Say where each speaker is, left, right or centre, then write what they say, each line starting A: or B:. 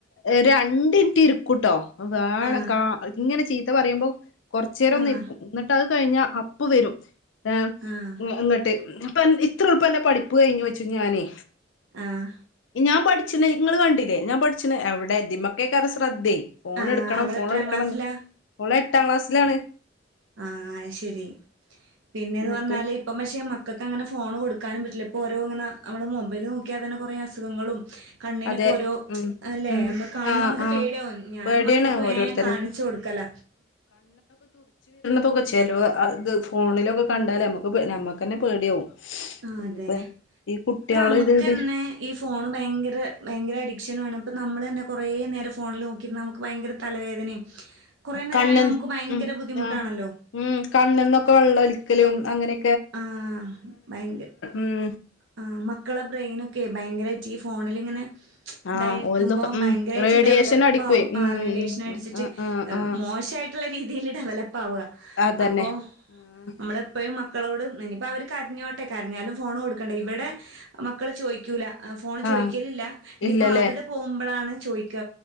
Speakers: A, on the left (about 80°); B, on the right (about 80°).
A: ഒരു അഞ്ച കുത്തിയിരിക്കൂട്ടോ. വേള
B: ആഹ്
A: കാ ഇങ്ങനെ ചെയ് ഇത്ത പറയുമ്പോ കുറച്ചുനേരം
B: ആഹ്
A: ഒന്ന് ഇരിക്കും എന്നിട്ട്. കഴിഞ്ഞ അപ്പോവരും. <unintelligible>
B: ആഹ്
A: അങ്ങോട്ട്. അപ്പ ഇത്ര എളുപ്പും അന്റെ പഠിപ്പ് കഴിഞ്ഞയെന്ന് ചോദിച്ചു ഞാനേ.
B: ആഹ്
A: ഞാൻ പഠി ച്ചു നിങ്ങള് കണ്ടില്ലേ ഞാൻ പഠിച്ച എവിടെതിമ്മക്കെറ ശ്രദ്ധേ ഫോൺ
B: ആഹ്
A: എടുക്കണം
B: അവളെത്രാം
A: ഫോൺ എടുക്കണം
B: ക്ലാസ്സിലാ?
A: ഓളെ. എട്ടാം ക്ലാസ്സിലാണ്.
B: ആഹ് ശരി പിന്നെയെന്ന്
A: എന്നിട്ട്
B: പറഞ്ഞാല് ഇപ്പ പക്ഷെ മക്കൾക്ക് അങ്ങനെ ഫോണ് കൊടുക്കാനും പറ്റില്ല. ഓരോ ഇങ്ങനെ നമ്മള് മൊബൈല് നോക്കിയൽ തന്നെ കൊറേ അസുഖങ്ങളും. കണ്ണിനൊക്കെ
A: അതെ
B: ഓരോ
A: ഉം
B: അല്ലേ
A: ഉം
B: നമ്മള് കാണുമ്പോ
A: ആഹ്
B: നമുക്ക്
A: ആഹ്
B: പേടിയാവും ഞാനും
A: പേടിയാണ്
B: മക്കൾക്ക്
A: ഓരോരുത്തര്
B: വേ കാണിച്ചു കൊടുക്കല.
A: പുകച്ചലോ അത് ഫോണിലൊക്കെ കണ്ടാൽ നമുക്ക് നമുക്ക് തന്നെ പേടിയാവും.
B: ആഹ്
A: ഇനിപ്പോ
B: അതെ ഇപ്പെ
A: ഈ കുട്ട്യാള്
B: നമുക്ക്
A: ഇത് ഇത്
B: തന്നെ ഈ ഫോണ് ഭയങ്കര. ഭയങ്കര അഡിക്ഷനുമാണ് ഇപ്പെ നമ്മള് തന്നെ കുറേ നേരം ഫോണിൽ നോക്കിയിരുന്ന നമുക്ക് ഭയങ്കര തലവേദനയും. കൊറേ നേരം
A: കണ്ണും
B: കഴിയുമ്പോ നമുക്ക് ഭയങ്കര
A: ഉം
B: ബുദ്ധിമുട്ടാണല്ലോ
A: ആ ഉം കണ്ണിനൊക്കെ വെള്ളം ഒലിക്കലും. അങ്ങനെ
B: ആഹ് ഭയങ്കര
A: ഉം
B: ആഹ് മക്കളെ ബ്രെയിൻ ഒക്കെ. ഭയങ്കരയായിട്ട് ഫോണിലിങ്ങനെ.
A: ആഹ്
B: ഇതായിരിക്കുമ്പോ
A: ഓൽതൊക്കെ ഉം
B: ഭയങ്കരമായിട്ട്
A: റേഡിയേഷൻ
B: ഡെവലപ്പ്
A: അടിക്കുവേ
B: ആവും
A: ഉം
B: ആ റേഡിയേഷൻ അടിച്ചിട്ട്
A: ആഹ് ആഹ് ആഹ്
B: മോശമായി <unintelligible> രീതിയിൽ ഡെവല <unintelligible>
A: അതന്നെ
B: അപ്പോ
A: ആഹ്
B: നമ്മള് എപ്പോഴും മക്ക് മക്കളോട് ഇനിയിപ്പം അവർ കരഞ്ഞോട്ടെ കരഞ്ഞാലും ഫോൺ കൊടുക്കണ്ട ഇവിടെ മക്കൾ ചോദിക്കൂല ഫോൺ ചോദിക്കലില്ല
A: ആഹ്
B: ഇനിയിപ്പോൾ
A: ഇല്ലല്ലേ
B: അവിടെ പോകുമ്പോഴാണ് ചോയിക്ക